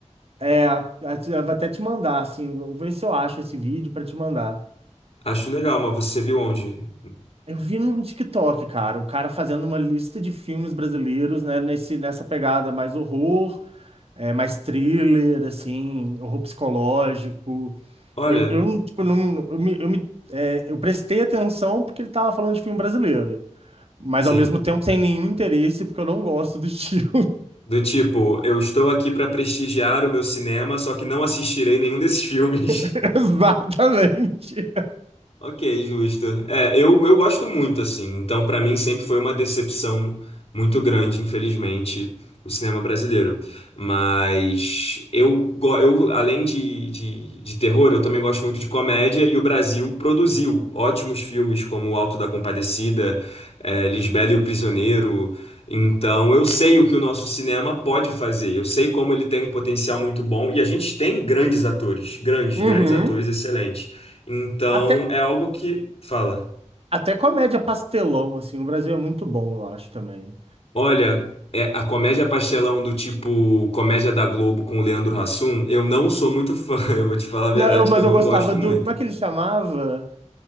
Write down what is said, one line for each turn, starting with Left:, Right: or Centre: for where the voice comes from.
Right: É, eu vou até te mandar, assim, vou ver se eu acho esse vídeo pra te mandar.
Left: Acho legal, mas você viu onde?
Right: Eu vi no TikTok, cara, o cara fazendo uma lista de filmes brasileiros, né, nesse, nessa pegada mais horror, é, mais thriller, assim, horror psicológico.
Left: Olha,
Right: Eu, eu, tipo, não, eu me, eu me- é, eu prestei atenção porque ele tava falando de filme brasileiro. Mas
Left: sim.
Right: ao mesmo tempo sem nenhum interesse, porque eu não gosto do estilo.
Left: Do tipo, eu estou aqui para prestigiar o meu cinema, só que não assistirei nenhum desses filmes.
Right: <laughs> Exatamente.
Left: Ok, justo. É, eu, eu gosto muito, assim. Então, pra mim, sempre foi uma decepção muito grande, infelizmente, o cinema brasileiro. Mas eu, go- eu além de, de, de terror, eu também gosto muito de comédia, e o Brasil produziu ótimos filmes como O Alto da Compadecida, é, Lisbela e o Prisioneiro. Então, eu sei o que o nosso cinema pode fazer. Eu sei como ele tem um potencial muito bom. E a gente tem grandes atores, grandes,
Right: Uhum.
Left: grandes atores excelentes. Então,
Right: Até,
Left: é algo que fala.
Right: até comédia pastelão, assim, o Brasil é muito bom, eu acho também.
Left: Olha, é a comédia pastelão do tipo comédia da Globo com o Leandro Hassum, eu não sou muito fã. <laughs> Eu vou te falar a verdade
Right: Não, eu- mas
Left: que eu não
Right: eu gostava
Left: gosto
Right: do.
Left: muito.
Right: Como é que ele chamava?